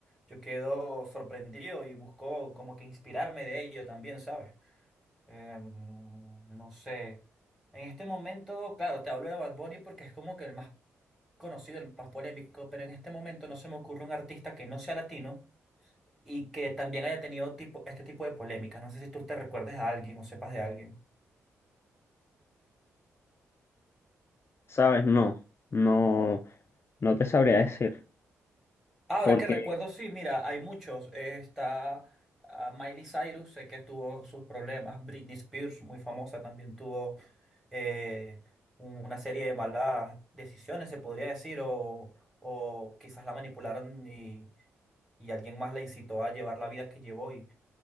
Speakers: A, in the centre; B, on the left.
A: yo quedo sorprendido y busco como que inspirarme de ello también, ¿sabes? Em, no sé. En este momento, claro, te hablo de Bad Bunny porque es como que el más conocido, el más polémico, pero en este momento no se me ocurre un artista que no sea latino y que también haya tenido tipo, este tipo de polémicas. No sé si tú te recuerdes a alguien o sepas de alguien.
B: ¿Sabes? No, no, no te sabría decir,
A: Ahora
B: porque,
A: que recuerdo, sí, mira, hay muchos. Eh, está ah, Miley Cyrus, sé que tuvo sus problemas. Britney Spears, muy famosa, también tuvo eh, un- una serie de malas decisiones, se podría decir, o, o quizás la manipularon y, y alguien más la incitó a llevar la vida que llevó. Y